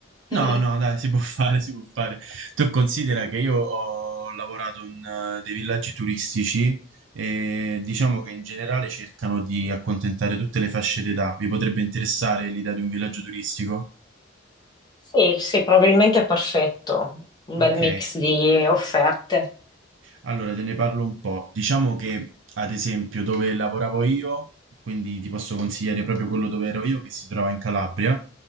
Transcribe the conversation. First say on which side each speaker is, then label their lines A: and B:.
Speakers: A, on the right; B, on the left.
A: No,
B: <laughs>
A: no, dai, si può <laughs> fare, si può fare. Tu considera che io ho lavorato in eh, dei villaggi turistici e diciamo che in generale cercano di accontentare tutte le fasce d'età. Vi potrebbe interessare l'idea di un villaggio turistico?
B: Sì, sì, probabilmente è perfetto, un
A: Ok.
B: bel mix di offerte.
A: Allora, te ne parlo un po'. Diciamo che, ad esempio, dove lavoravo io, quindi ti posso consigliare proprio quello dove ero io, che si trova in Calabria.